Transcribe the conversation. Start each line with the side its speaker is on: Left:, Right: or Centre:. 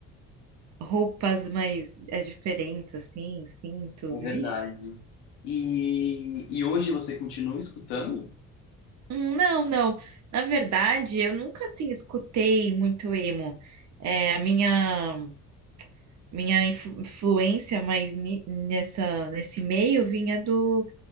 Right: roupas mais é, diferentes, assim, cintos,
Left: É verdade.
Right: ixi.
Left: E, e hoje você continua escutando?
Right: Hum, Não, não. Na verdade, eu nunca assim escutei muito emo. É, a minha minha influ- influência mais ni- nessa nesse meio vinha do,